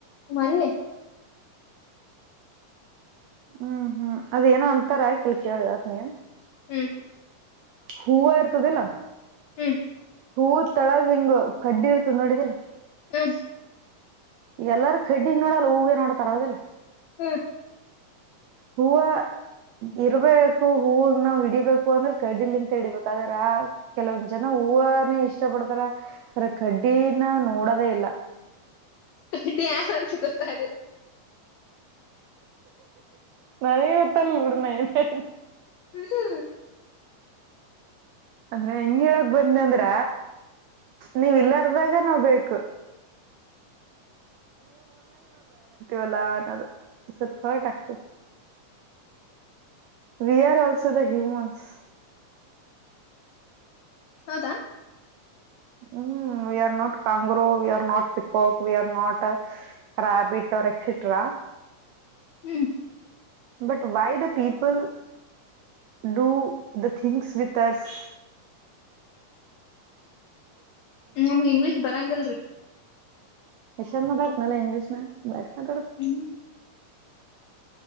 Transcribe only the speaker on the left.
ಮೊನ್ನೆ
ಹ್ಮ್
ಹ್ಮ್
ಹ
ಹ್ಮ್
ಅದು ಯಾರ್ ಅಂತ ಗೊತ್ತಾಗಿಲ್ಲ
ಹ್ಮ್
ಹೌದಾ
ಹ್ಮ್
ನಮ್ಗೆ ಇಂಗ್ಲಿಷ್ ಬರಂಗಿರ್ಲಿ
ಹ್ಮ್